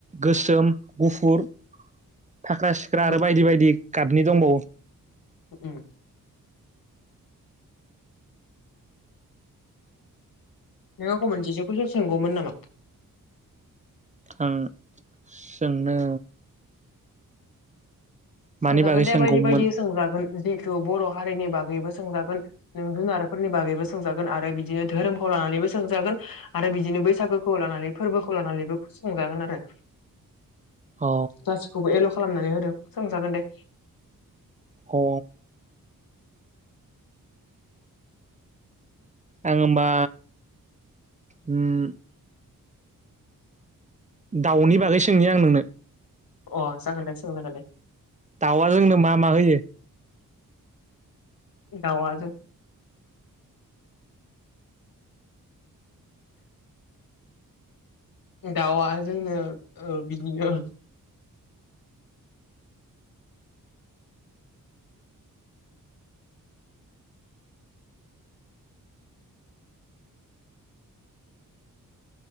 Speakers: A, on the right; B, on the left.
A: गोसोम गुफुर फाख्रा सिख्रा
B: मो
A: आरो बायदि बायदि गाबनि दंबावो
B: ओम नों आंखौ मोनसेसो कुसन सोंगौमोन नामा
A: आं सोंनो मानि
B: सोंजागोन
A: बागै
B: दे
A: सोंगौमोन
B: बायदि बायदि सोंजागोन जिहेतु बर' हारिनि बागैबो सोंजागोन नों जुनारफोरनि बागैबो सोंजागोन आरो बिदिनो धोरोमखौ लानानैबो सोंजागोन आरो बिदिनो बैसागुखौ लानानै फोरबोखौ लानानैबो सोंजागोन आरो
A: अ
B: गासिखौबो एल' खालामनानै होदों सोंजागोन दे
A: अ आं होमबा ओम दाउनि बागै सोंनि आं नोंनो
B: अ जागोन दे सोंजागोन‌ दे
A: दाउआ जोंनो मा मा होयो
B: दाउआ दाउआ जोंओ बिदिनो